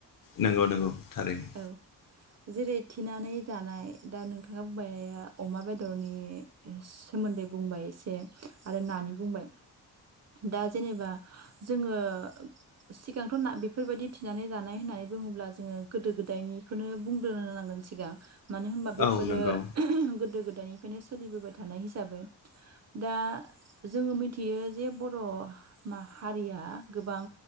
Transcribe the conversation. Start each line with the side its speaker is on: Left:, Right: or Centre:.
Left: नंगौ नंगौ थारैनो
Right: औ जेरै थिनानै जानाय दा नोंथाङा बुंबाय अमा बेदरनि सोमोन्दै बुंबाय एसे आरो नानि बुंबाय दा जेनेबा जोङो सिगांथ' बेफोरबायदि थिनानै जानाय होननानै बुङोब्ला जोङो गोदो गोदायनिखौनो बुंग्रोनो नांगोन सिगां मानो होनबा बेफोरो
Left: औ नंगौ
Right: गोदो गोदायनि बेखायनो सोलिबोबाय थानाय हिसाबै दा जोङो मिथियो जे बर' माहारिया गोबां